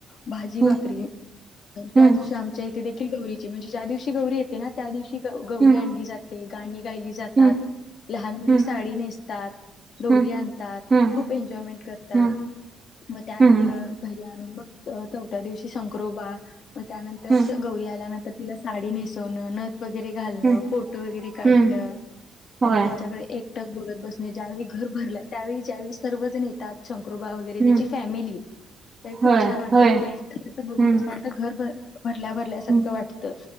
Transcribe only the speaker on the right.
हम्म
हम्म
हम्म
हम्म
हम्म
हम्म
हम्म
हम्म
हम्म
हम्म
हम्म
हम्म
होय
हम्म
होय
होय
हम्म
हम्म